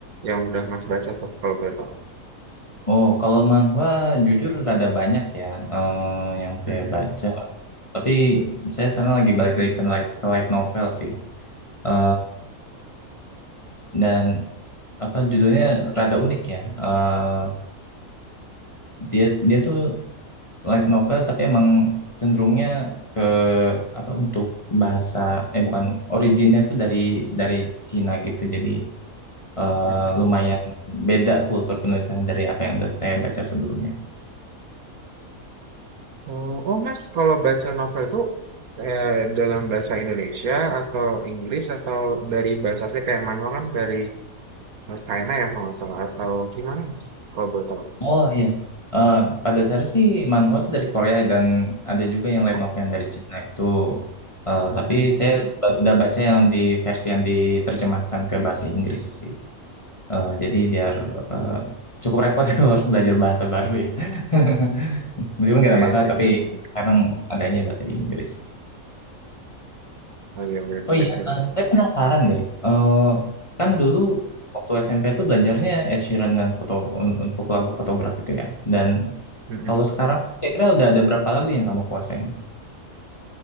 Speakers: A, on the right (about 85°); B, on the left (about 20°).
A: yang udah Mas baca tuh kalau boleh tahu.
B: Oh, kalau manhwa jujur rada banyak ya eh, yang
A: Mhm,
B: saya baca. Tapi saya sekarang lagi balik lagi ke light, ke light novel sih. eh dan apa judulnya rada unik ya. eh dia dia tuh light novel tapi emang cenderungnya ke apa untuk bahasa eh bukan originnya tuh dari dari Cina gitu. Jadi eh,
A: mhm.
B: lumayan beda kultur penulisannya dari apa yang udah saya baca sebelumnya.
A: Oh, oh Mas, kalau baca novel tuh eh, dalam bahasa Indonesia atau Inggris atau dari bahasanya kayak manual kan dari eh, China ya kalau nggak salah atau gimana Mas? Kalau boleh tahu.
B: Oh iya, Eh, pada dasarnya sih manhwa itu dari Korea dan ada juga yang light
A: Oh,
B: novel yang dari Cina itu. Eh,
A: mhm.
B: tapi saya ba- udah baca yang di versi yang diterjemahkan ke bahasa Inggris sih. Eh, jadi biar eh, cukup repot <laughs> ya kalau harus belajar bahasa baru ya. <laughs> Meskipun gak
A: Oh,
B: ada
A: iya
B: masalah,
A: sih,
B: tapi
A: benar juga.
B: kadang adanya bahasa Inggris.
A: Oh iya benar
B: Oh
A: juga
B: iya,
A: sih
B: eh,
A: benar-benar.
B: saya penasaran deh. Eh, kan
A: Mhm,
B: dulu waktu SMP itu belajarnya Ed Sheeran dan foto un- untuk lagu fotograf itu ya. Dan
A: mhm.
B: kalau sekarang tuh kira-kira udah ada berapa lagu yang kamu kuasain?